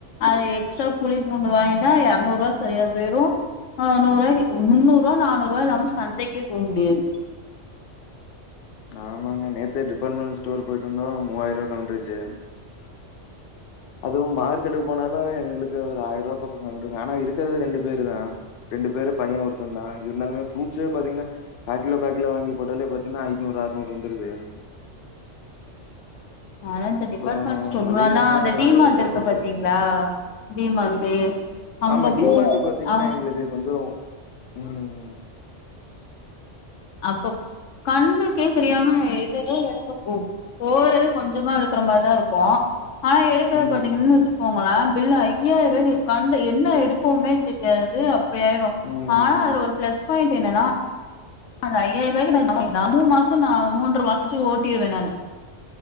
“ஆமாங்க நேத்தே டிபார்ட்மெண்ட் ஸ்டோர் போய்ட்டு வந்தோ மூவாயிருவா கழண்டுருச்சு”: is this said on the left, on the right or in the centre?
Left